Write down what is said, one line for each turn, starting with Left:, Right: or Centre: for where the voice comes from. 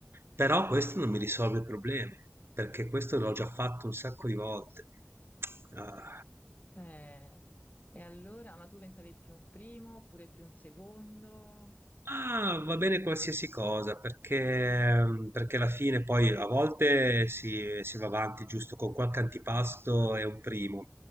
Right: però questo non mi risolve il problema, perché questo l'ho già fatto un sacco di volte. Ah.
Left: Eh, e allora, ma tu pensavi più un primo oppure più un secondo?
Right: Ah, va bene qualsiasi cosa, perché, perché alla fine poi a volte si, si va avanti giusto con qualche antipasto e un primo,